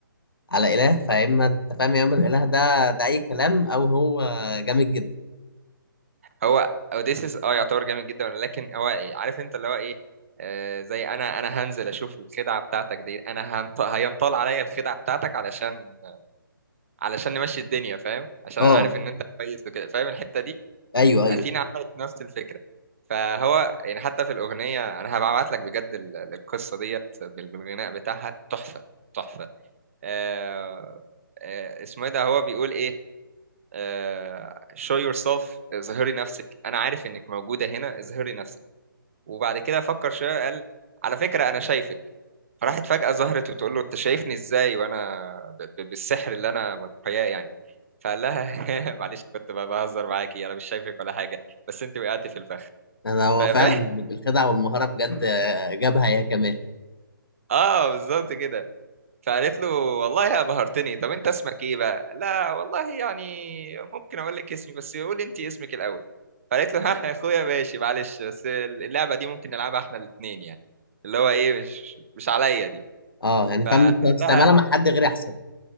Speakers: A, on the left (about 80°); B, on the right (about 35°).
A: على اله فاما انت فاهم يا اما الاله ده ده اي كلام او هو جامد جدا
B: هو اوديسيس اه يعتبر جامد جدا لكن هو ايه عارف انت اللي هو ايه آه زي انا انا هنزل اشوف الخدعه بتاعتك دي انا هنط... هينطال عليا الخدعه بتاعتك علشان علشان نمشي الدنيا فاهم عشان
A: اه
B: انا عارف ان انت كويس وكده فاهم الحته دي
A: ايوه ايوه
B: اثينا عملت نفس الفكره فهو يعني حتى في الاغنيه انا هبعت لك بجد ال- القصه ديت بال- بالغناء بتاعها تحفه تحفه آه آه اسمه ايه ده هو بيقول ايه آه، show yourself اظهري نفسك انا عارف انك موجوده هنا اظهري نفسك وبعد كده فكر شويه قال على فكره انا شايفك فراحت فجاه ظهرت وتقول له انت شايفني ازاي وانا ب- ب- بالسحر اللي انا متخياه يعني فقال لها <laughs> معلش كنت ب- بهزر معاكي انا مش شايفك ولا حاجه بس انت وقعتي في الفخ
A: انا هو
B: ف... ف...
A: فعلا
B: <laughs>
A: بالخدعه والمهاره بجد آه، جابها هي كمان
B: اه بالظبط كده فقالت له والله يا بهرتني طب انت اسمك ايه بقى لا والله يعني ممكن اقول لك اسمي بس قول انت اسمك الاول فقالت له <laughs> ها يا اخويا ماشي معلش بس اللعبه دي ممكن نلعبها احنا الاثنين يعني اللي هو ايه مش مش عليا دي
A: اه يعني
B: فقال
A: فاهم انت تستعملها
B: لها
A: مع حد غير احسن